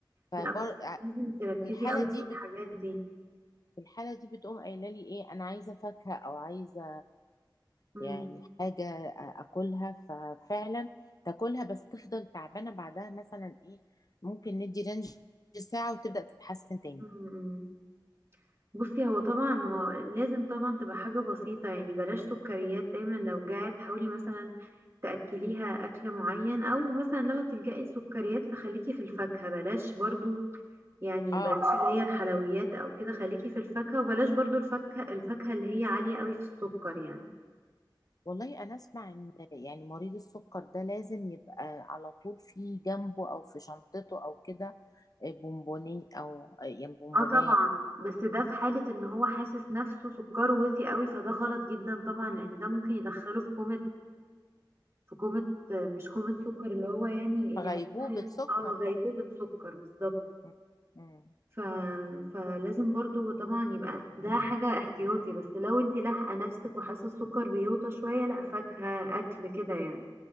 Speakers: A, on the left (about 50°); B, on the right (about 35°).
A: فبر...
B: لا بصي
A: آه،
B: لازم تركزي
A: في الحالة
B: قوي
A: دي
B: مع الحاجات
A: بت...
B: دي
A: في الحالة دي بتقوم قايلة لي إيه أنا عايزة فاكهة أو عايزة
B: امم
A: يعني حاجة أكلها ففعلا تاكلها بس تفضل تعبانة بعدها مثلا إيه ممكن ندي رينج ساعة وتبدأ تتحسن تاني
B: امم بصي هو طبعا ما هو لازم طبعا تبقى حاجة بسيطة يعني بلاش سكريات دايما لو جعت حاولي مثلا تأكليها أكل معين أو مثلا لو هتلجأي السكريات فخليكي في الفاكهة بلاش برضو يعني
A: آه
B: بلاش اللي هي الحلويات أو كده خليكي في الفاكهة وبلاش برضو الفاكهة الفاكهة اللي هي عالية قوي في السكر يعني
A: والله أنا أسمع إن يعني مريض السكر ده لازم يبقى على طول في جنبه أو في شنطته أو كده بونبوني أو يعني بونبوناية
B: اه طبعا بس ده في حالة ان هو حاسس نفسه سكره وطي قوي فده غلط جدا طبعا لأن ده ممكن يدخله في كومة في كومة مش كومة سكر اللي هو يعني
A: غيبوبة
B: يحسسك
A: سكر
B: اه غيبوبة
A: بقى
B: سكر بالظبط
A: م- م.
B: ف... فلازم برضو طبعا يبقى ده حاجة احتياطي بس لو انت لاحقة نفسك وحاسة السكر بيوطى شوية لا فاكهة أكل كده يعني